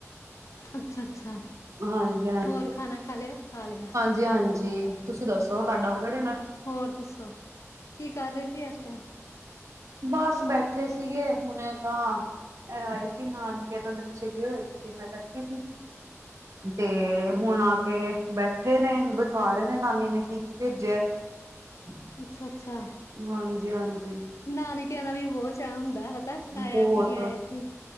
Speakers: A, on the left; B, on the right.
A: ਅੱਛਾ ਅੱਛਾ
B: ਹਾਂਜੀ ਹਾਂਜੀ।
A: ਹੋਰ ਖਾਣਾ ਖਾ ਲੇਆ, ਖਾ ਲੇਆ।
B: ਜੀ ਹਾਂਜੀ। ਤੁਸੀ ਦੱਸੋ ਤਾਡਾ ਹੋ ਗਆ ਡਿਨਰ?
A: ਹੋਰ ਦੱਸੋ ਕੀ ਕਰ ਰੇ ਸੀ ਏਸ ਟੈਮ?
B: ਬਸ, ਬੈਠੇ ਸੀਗੇ ਹੁਣੇ ਤਾਂ ਐ ਆਏ ਸੀ ਨਾਨਕੇ ਤੋ। ਬੱਚੇ ਗਏ ਹੋਏ ਸੀਗੇ ਮੈਂ ਬੈਠੀ ਸੀ। ਤੇ
A: ਅੱਛਾ
B: ਹੁਣ ਆ ਕੇ ਬੈਠੇ ਨੇ ਦਿਖਾ ਰੇ ਨੇ ਨਾਨੀ ਨੇ ਕੀ-ਕੀ ਭੇਜੇਆ ਐ? <inaudible>
A: ਅੱਛਾ ਅੱਛਾ।
B: ਹਾਂਜੀ ਹਾਂਜੀ।
A: ਨਾਨਕੇਆਂ ਦਾ ਵੀ ਬੋ ਚਾ ਹੁੰਦਾ ਪਤਾ ਐ ਆਏਆ
B: ਬਹੁਤ
A: ਕੀ ਆਏਆ ਕੀ